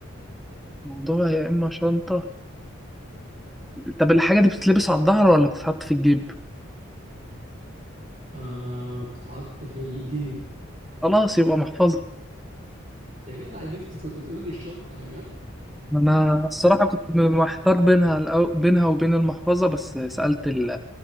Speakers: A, in the centre; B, on the right.
A: موضوع يا اما شنطة طب الحاجة دي بتتلبس على الظهر ولا بتتحط في الجيب
B: آه بتتحط في الجيب
A: خلاص يبقى محفظة
B: يا جدع نفسي كنت تقول لي الشنطه يا جدع
A: انا الصراحه كنت محتار بينها الأو- بينها وبين المحفظه بس سالت ال...